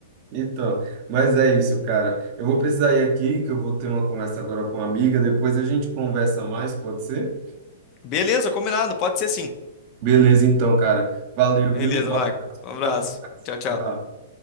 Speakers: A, on the right; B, on the left.
A: Então, mas é isso, cara. Eu vou precisar ir aqui, que eu vou ter uma conversa agora com uma amiga. Depois a gente conversa mais, pode ser?
B: Beleza, combinado, pode ser sim.
A: Beleza, então, cara. Valeu,
B: Beleza,
A: viu? Um
B: Marco.
A: abraço.
B: Um abraço.
A: Fica na paz.
B: Tchau, tchau.
A: Tchau.